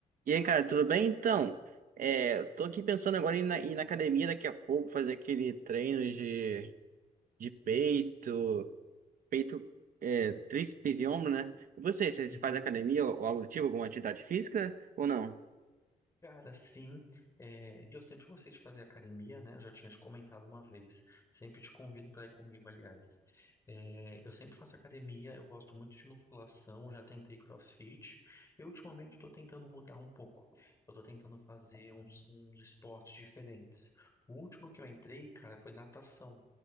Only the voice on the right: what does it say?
E aí, cara, tudo bem? Então, é, tô aqui pensando agora em ir na, ir na academia daqui a pouco, fazer aquele treino de, de peito, peito, é, tríceps e ombro, né? E você, você,
você faz academia ou algo do tipo, alguma atividade física ou não?